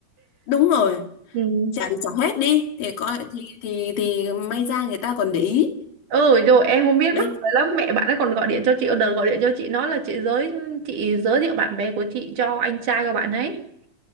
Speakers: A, on the left (about 65°); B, on the right (about 60°).
A: đúng rồi
B: <laughs> ừ.
A: trả đi trả hết đi thì coi thì thì thì may ra người ta còn để ý
B: ừ rồi em không biết
A: đây
B: mắc cười lắm mẹ bạn ấy còn gọi điện cho chị đợt gọi điện cho chị nói là chị giới chị giới thiệu bạn bè của chị cho anh trai của bạn ấy